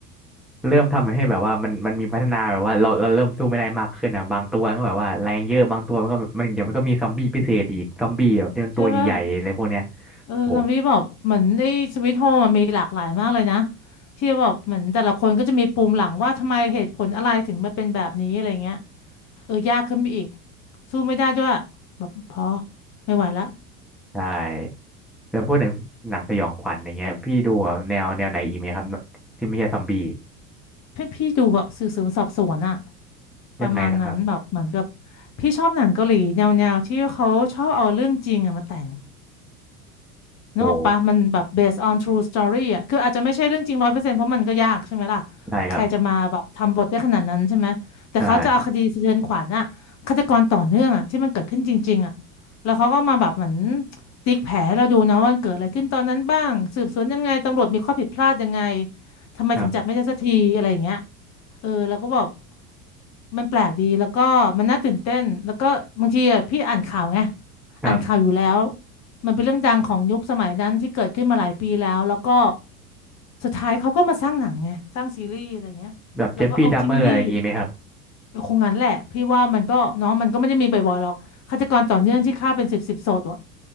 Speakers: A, in the centre; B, on the left.
A: เริ่มทำให้แบบว่ามันมันมีพัฒนาแบบว่าเราเราเริ่มสู้ไม่ได้มากขึ้นอ่ะบางตัวก็แบบว่าแรงเยอะบางตัวมันก็มันเดี๋ยวมันก็มีซอมบี้พิเศษอีกซอมบี้แบบที่มันตัวใหญ่ๆอะไรพวกเนี้ย
B: ใช่ปะเออซอมบี้บอกเหมือนไอ้สวิตโฮมันมีหลากหลายมากเลยนะ
A: โอ้
B: ที่แบบเหมือนแต่ละคนก็จะมีปูมหลังว่าทำไมเหตุผลอะไรถึงมาเป็นแบบนี้อะไรเงี้ยเออยากขึ้นไปอีกสู้ไม่ได้ด้วยพอไม่ไหวละ
A: ใช่แล้วพวกหนังหนังสยองขวัญอย่างเงี้ยพี่ดูแบบแนวแนวไหนอีกไหมครับที่ไม่ใช่ซอมบี้
B: พี่พี่ดูแบบสืบสวนสอบสวนอะ ประมาณนั้นแบบเหมือนกับ
A: ยังไงนะครับ
B: พี่ชอบหนังเกาหลีแนวๆที่เขาชอบเอาเรื่องจริงอะมาแต่งนึกออกปะมันแบบ
A: โอ้
B: based on true story อะคืออาจจะไม่ใช่เรื่องจริงร้อยเปอร์เซ็นต์เพราะมันก็ยากใช่ไหมล่ะ
A: ใช่ครับ
B: ใครจะมาแบบทำบทได้ขนาดนั้นใช่ไหมแต่เขาจะเอาคดีสะเทือนขวัญอะฆาตกรต่อเนื่องอะที่มันเกิดขึ้นจริงๆอะ
A: ใช่
B: แล้วเขาก็มาแบบเหมือนติ๊กแผลให้เราดูนะว่ามันเกิดอะไรขึ้นตอนนั้นบ้างสืบสวนยังไงตำรวจมีข้อผิดพลาดยังไงทำไมถึงจับไม่ได้สักทีอะไรอย่างเงี้ย
A: ครับ
B: เออแล้วก็บอก มันแปลกดีแล้วก็มันน่าตื่นเต้นแล้วก็บางทีอะพี่อ่านข่าวไง
A: ครับ
B: อ่านข่าวอยู่แล้วมันเป็นเรื่องดังของยุคสมัยนั้นที่เกิดขึ้นมาหลายปีแล้วแล้วก็สุดท้ายเขาก็มาสร้างหนังไงสร้างซีรีส์อะไรเงี้ยเราก็เอาจริงดิ
A: แบบเจฟฟี่ดัมเมอร์อะไรอย่างงี้ไหมครับ
B: คงงั้นแหละพี่ว่ามันก็เน้องมันก็ไม่ได้มีบ่อยๆหรอกฆาตกรต่อเนื่องที่ฆ่าเป็นสิบสิบศพอะ